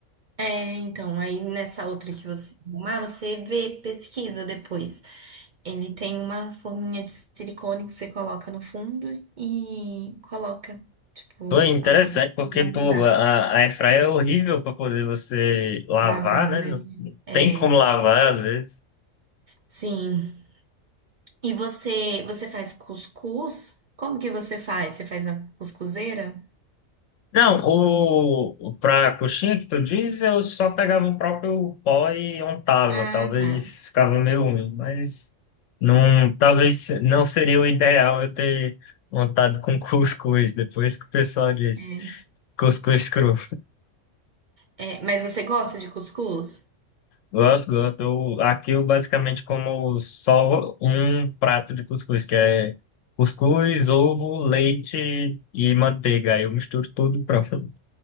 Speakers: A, on the right; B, on the left.
A: É, então, aí nessa outra que você arrumar, você vê, pesquisa depois. Ele tem uma forminha de silicone que você coloca no fundo e coloca, tipo,
B: Pô, é interessante,
A: as coisas
B: porque
A: pra não
B: pô,
A: grudar.
B: a, a airfryer é horrível para poder você lavar,
A: Lavar,
B: né?
A: né?
B: Não não
A: É,
B: tem como lavar às vezes.
A: sim. E você, você faz cuscuz? Como que você faz? Você faz na cuscuzeira?
B: Não, o, para a coxinha que tu diz, eu só pegava o próprio pó e untava.
A: Ah,
B: Talvez
A: tá.
B: ficava meio ruim, mas não, talvez não seria o ideal eu ter untado com <laughs> cuscuz, depois que o pessoal disse.
A: É.
B: Cuscuz cru.
A: É, mas você gosta de cuscuz?
B: Gosto, gosto. Eu- aqui eu basicamente como só um prato de cuscuz, que é cuscuz, ovo, leite e manteiga. Aí eu misturo tudo e pronto.